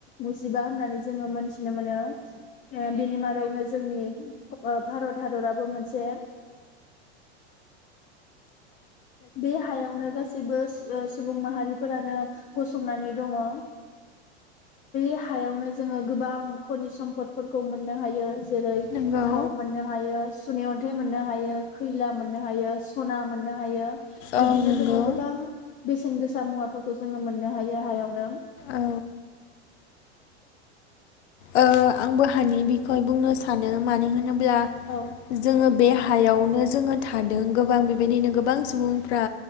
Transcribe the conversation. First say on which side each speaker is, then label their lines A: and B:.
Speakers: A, on the left; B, on the left.
A: गुजिबा होननानै जोङो मोनथिनो मोनो ओ बिनि मादावनो जोंनि भारत हादराबो मोनसे बे हायावनो गासैबो ओ सुबुं माहारिफोरानो गसंनानै दङ। बे हायावनो जोङो गोबां खनि सम्पदफोरखौ मोननो हायो। जेरै
B: नंगौ
A: थाव मोननो हायो <unintelligible> अन्थाय मोननो हायो, खैला मोननो हायो, स'ना मोन मोननो हायो
B: औ
A: बिदिनो
B: नंगौ
A: जोङो गोबां बेसे बेसेन गोसा मुवाफोरखौ जोङो मोननो हायो हायावनो।
B: औ ओ आंबो हानि बिखय बुंनो सानो मानो होनोब्ला
A: औ
B: <unintelligible> जोङो बे हा हायावनो जोङो थादों गोबां बेबायदिनो गोबां सुबुंफ्रा